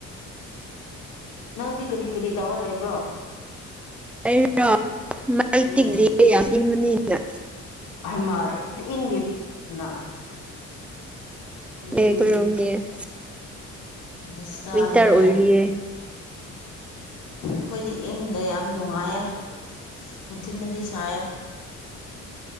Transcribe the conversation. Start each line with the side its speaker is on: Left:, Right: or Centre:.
Left: ꯅꯪꯗꯤ ꯀꯔꯤ ꯀꯔꯤ ꯇꯧꯔ ꯂꯩꯕ꯭ꯔꯣ
Centre: ꯑꯩꯔ ꯃꯩ
Left: ꯎꯝ
Centre: ꯇꯤꯛꯂꯤꯌꯦ ꯌꯥꯝ ꯏꯪꯕꯅꯤꯅ
Left: ꯍꯩꯃꯥ ꯑꯗꯨ ꯏꯪꯂꯤꯕꯅ <unintelligible>
Centre: <unintelligible>
Left: ꯎꯝꯍꯨꯝ ꯗꯁꯥꯅꯦꯍꯦ
Centre: ꯋꯤꯟꯇꯔ ꯑꯣꯏꯔꯤꯌꯦ
Left: ꯈꯣꯢꯏꯗꯤ ꯏꯪꯗꯦ ꯌꯥꯝ ꯅꯨꯡꯉꯥꯏꯌꯦ ꯅꯨꯡꯊꯤꯟꯗꯗꯤ ꯁꯥꯏꯑꯦ